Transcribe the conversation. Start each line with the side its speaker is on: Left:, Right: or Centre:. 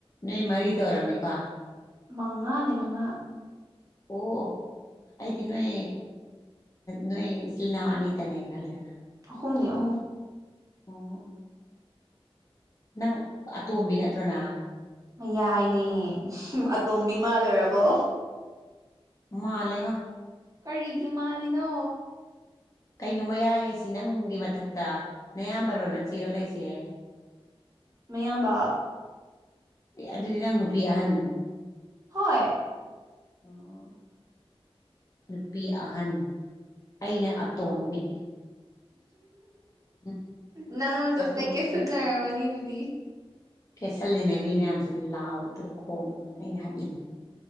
Left: ꯅꯣꯏ ꯃꯔꯤꯇꯥ ꯑꯣꯏꯔꯝꯅꯦꯀꯣ
Right: ꯃꯉꯥꯅꯤ ꯃꯉꯥ
Left: ꯑꯣ ꯑꯩꯗꯤ ꯅꯣꯏ ꯅꯣꯏ ꯏꯆꯤꯜ ꯏꯅꯥꯎ ꯑꯅꯤꯇꯅꯦ ꯈꯜꯂꯤꯅꯦ
Right: ꯑꯍꯨꯝꯅꯦ ꯑꯍꯨꯝ
Left: ꯑꯣ ꯅꯪ ꯑꯇꯣꯝꯕꯤ ꯅꯠꯇ꯭ꯔꯣ ꯅꯪ
Right: ꯃꯥꯌꯥꯏꯅꯦ ꯑꯇꯣꯝꯕꯤ ꯃꯥꯜꯂꯨꯔꯕꯣ
Left: ꯃꯥꯜꯂꯦꯉꯣ
Right: ꯀꯔꯤꯒꯤ ꯃꯥꯜꯂꯤꯅꯣ
Left: ꯀꯩꯅꯣ ꯃꯌꯥꯏ ꯍꯥꯏꯁꯤ ꯅꯪꯒꯤ ꯃꯊꯛꯇ ꯅꯌꯥꯝꯕꯔꯣ ꯅꯥꯆꯦꯔꯣ ꯂꯩꯁꯦ
Right: ꯃꯌꯥꯝꯕꯥ
Left: ꯑꯗꯨꯗꯤ ꯅꯪ ꯅꯨꯄꯤ ꯑꯍꯟ
Right: ꯍꯣꯏ <inaudible>
Left: ꯑꯣ ꯅꯨꯄꯤ ꯑꯍꯟ ꯑꯩꯅꯥ ꯑꯇꯣꯝꯕꯤ ꯎꯝ
Right: ꯅꯪꯉꯣꯟꯇ
Left: ꯑꯇꯣꯝꯕꯤ
Right: ꯄꯥꯏꯀꯦꯠ ꯁꯨꯅꯔꯝꯃꯅꯤ ꯑꯗꯨꯗꯤ
Left: ꯀꯦꯁꯜꯂꯤꯅꯦ ꯃꯤ ꯃꯌꯥꯝꯁꯦ ꯂꯥꯎꯗ꯭ꯔꯥ ꯈꯣꯡꯗꯅꯥ ꯑꯩꯅ ꯍꯥꯠꯂꯤꯝ